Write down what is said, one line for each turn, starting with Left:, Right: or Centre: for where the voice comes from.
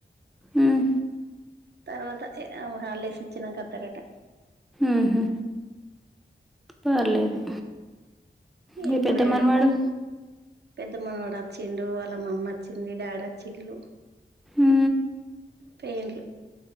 Centre: హ్మ్
Right: తర్వాత హాలిడేస్ ఇచ్చినంక వత్తారట
Centre: ఊహు పర్లేదు మీ
Right: ఎప్పుడైనా
Centre: పెద్ద మనవాడు
Right: పెద్దమనవడు వచ్చిండు వాళ్ళ మమ్ వచ్చింది డాడ్ వచ్చిల్లు
Centre: ఊ
Right: పెండ్లూ